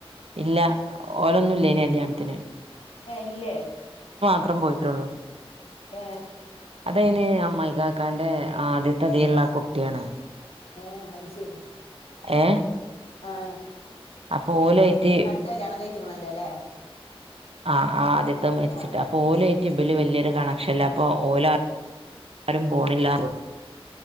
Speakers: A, on the right; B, on the left.
A: ഇല്ല ഓരൊന്നുംല്ല ഇനി കല്യാണത്തിന്
B: ല്ലേ
A: അത്രം പോയിട്ടുള്ളൂ
B: ഏ
A: അത ഇന് അമ്മ്മായി കാക്കാന്റെ ആദ്യത്തെതിയുള്ള ആ കുട്ടിയാണ്
B: ആ അത് ശരി
A: ഏ
B: <unintelligible>
A: അപ്പൊ ഓലായിട്ട്
B: രണ്ടകല്ലണം കഴിച്ചിക്കണല്ലോ അല്ലേ
A: ആ ആദ്യത്തെ മരിച്ചിട്ട്
B: ആഹ്
A: അപ്പോ ഓലോ ഈ യബില് വലിയൊരു കണക്ഷനല്ലെ അപ്പോ ഓലോ ആരും പോണില്ല